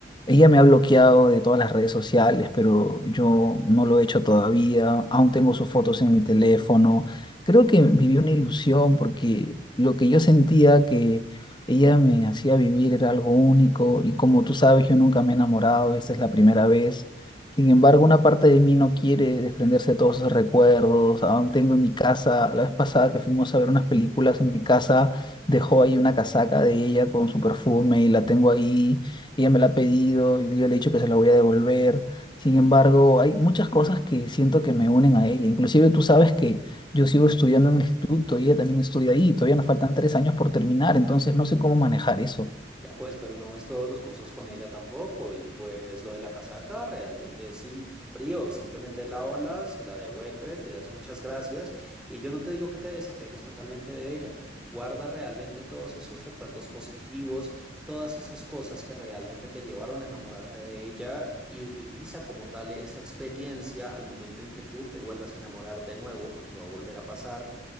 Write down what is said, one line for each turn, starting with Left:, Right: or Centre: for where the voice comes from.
Left: ella me ha bloqueado de todas las redes sociales, pero yo no lo he hecho todavía. Aún tengo sus fotos en mi teléfono. Creo que viví una ilusión porque lo que yo sentía que ella me hacía vivir era algo único y como tú sabes, yo nunca me he enamorado, esta es la primera vez. Sin embargo, una parte de mí no quiere desprenderse de todos esos recuerdos. Aún tengo en mi casa, la vez pasada que fuimos a ver unas películas en mi casa, dejó ahí una casaca de ella con su perfume y la tengo ahí. Ella me la ha pedido, y yo le he dicho que se la voy a devolver. Sin embargo, hay muchas cosas que siento que me unen a ella. Inclusive tú sabes que yo sigo estudiando en el instituto y ella también estudia ahí. Todavía nos faltan tres años por terminar, entonces no sé cómo manejar eso.
Centre: Ya pues, pero no ves todos los cursos con ella tampoco. Y pues lo de la casaca, realmente sí, frío. Simplemente lávala, se la devuelves, le das muchas gracias. Y yo no te digo que te desapegues totalmente de ella. Guarda realmente todos esos recuerdos positivos, todas esas cosas que realmente te llevaron a enamorarte de ella y utiliza como tal esa experiencia al momento en que tú te vuelvas a enamorar de nuevo, porque va a volver a pasar